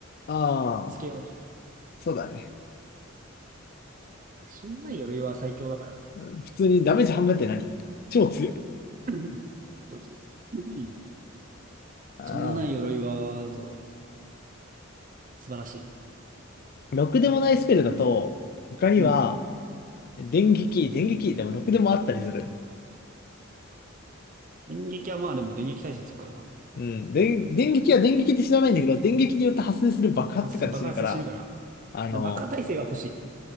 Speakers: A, on the left (about 45°); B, on the right (about 40°).
A: あー、
B: つけようね。
A: そうだね。
B: シミのない鎧は最強だからね。
A: 普通にダメージ半分って何超強い。
B: <laughs> どっちうん
A: あ
B: シミのない鎧は、そう、素晴らしい。
A: あ、ろくでもないスペルだと、他には、
B: うん。
A: 電撃、電撃、でもろくでもあったりする。
B: 電撃はまあでも電撃耐性つくからな。
A: うん、電、電撃は電撃って知らないんだけど、電撃によって発生する爆発とかで死ぬから、
B: 発生爆発で死ぬから。
A: あの、
B: だ爆破耐性が欲しい。